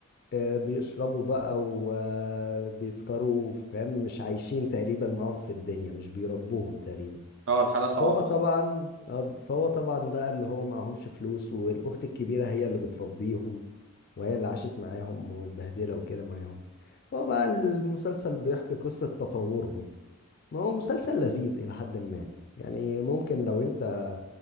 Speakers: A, on the left (about 45°); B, on the right (about 60°).
A: آه، بيشربوا بقى وبيسكروا فاهم مش عايشين تقريبا معاهم في الدنيا مش بيربوهم تقريبا
B: اه الحلقه صعبه
A: فهو طبعا فهو طبعا ده اللي هو معهمش فلوس والاخت الكبيره هي اللي بتربيهم وهي اللي عاشت معاهم ومتبهدله وكده معاهم فهو بقى المسلسل بيحكي قصه تطورهم ما هو مسلسل لذيذ الى حد ما يعني ممكن لو انت